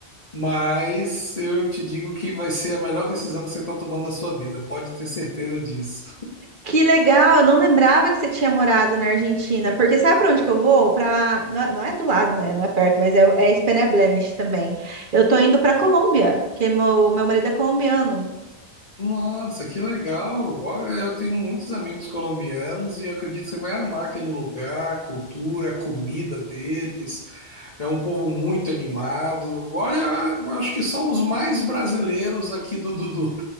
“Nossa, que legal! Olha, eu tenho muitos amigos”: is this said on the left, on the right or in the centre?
Left